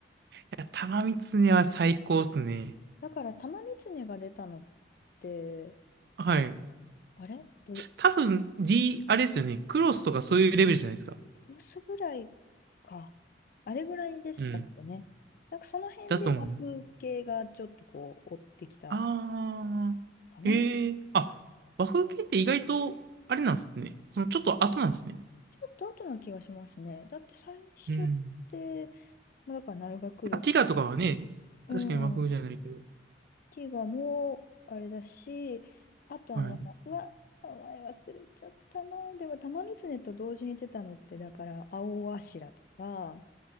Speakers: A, on the right; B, on the left.
A: え。いや、玉三つねは最高っすね。
B: だから玉三つねが出たのって、
A: はい。
B: あれど、
A: 多分、D、あれですよね。クロスとかそういうレベルじゃないですか。
B: ロスぐらいか。あれぐらいでしたっけね。
A: うん。
B: なんかその辺で和風系がちょっとこう追ってきた
A: だと思います。あー。
B: かね。
A: えー。あ、和風系って意外と、あれなんですね。そのちょっと後なんですね。
B: ちょっと後な気がしますね。だって最初って、
A: うん。
B: まあ、だから鳴が来るが、
A: まあ、ティガとかはね、
B: うん、
A: 確かに和風じゃないけど。
B: ティガもあれだし、あとあの、
A: はい。
B: うわ、名前忘れちゃったな。でも玉三ねと同時に出たのって、だから青柱とか、